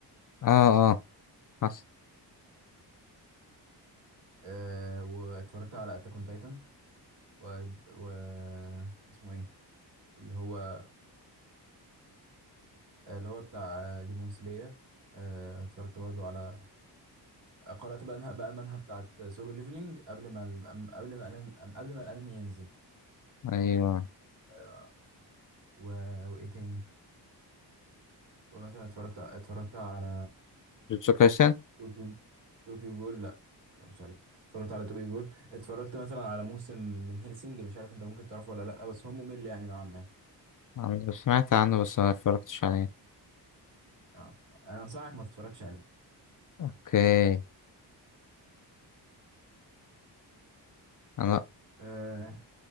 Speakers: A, on the left; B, on the right.
A: اه آه، حصل
B: أه واتفرجت على اتاك اون تايتن و... و... واسمه ايه اللي هو اللي هو بتاع ديمون سلاير أه اتفرجت برضو على قرأت بقى انها- بقى المانهوا بتاعت سولو ليفلينج قبل ما ال... قبل ما الانمي قبل ما الانمي ينزل
A: ايوه
B: آه، و... وايه تاني ومثلا اتفرجت اتفرجت على
A: جوتسو كايسن
B: طوكيو طوكيو جول لا متفرجتش عليه اتفرجت على طوكيو جول اتفرجت مثلا على موسم من هيلسينج مش عارف انت ممكن تعرفه ولا لا بس هو ممل يعني نوعا ما
A: أنا سمعت عنه بس ما اتفرجتش عليه
B: اه انا انصحك ما تتفرجش عليه
A: اوكي انا
B: آه،